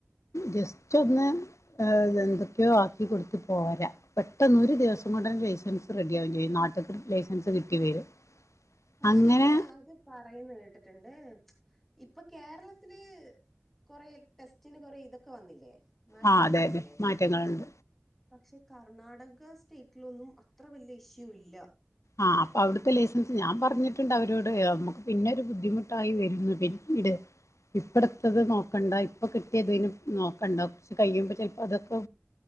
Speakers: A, on the left; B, in the centre.
A: ജസ്റ്റ് ഒന്ന് എന്തൊക്കെയോ ആക്കി കൊടുത്ത് പോരാ പെട്ടെന്ന് ഒരു ദിവസം കൊണ്ടന്നെ ലൈസൻസ് റെഡിയാവും ചെയ്യും നാട്ട്ക്ക് ലൈസൻസ് കിട്ടി വരും
B: പക്ഷെങ്കില്
A: അങ്ങനെ
B: അത് പറയുന്ന കേട്ടിട്ട്ണ്ട് ഇപ്പൊ കേരളത്തില് കൊറേ ടെസ്റ്റിന് കൊറേ ഇതൊക്കെ വന്നില്ലേ മാറ്റങ്ങൾ
A: ആഹ് അതെ
B: വന്നില്ലേ
A: അതെ മാറ്റങ്ങളുണ്ട്
B: പക്ഷെ കർണാടക സ്റ്റേറ്റിലൊന്നും അത്ര വലിയ ഇഷ്യൂ ഇല്ല
A: ആഹ് അപ്പ അവിടുത്തെ ലൈസൻസ് ഞാൻ പറഞ്ഞിട്ടുണ്ട് അവരോട് നമുക്ക് പിന്നെ ഒരു ബുദ്ധിമുട്ട് ട്ടായി വരുന്ന് പിന്നീട് ഇപ്പട്തത് നോക്കണ്ട ഇപ്പൊ കിട്ടിയതിനു നോക്കണ്ട ച്ച് കയുമ്പൊ ചിലപ്പോ അതൊക്കെ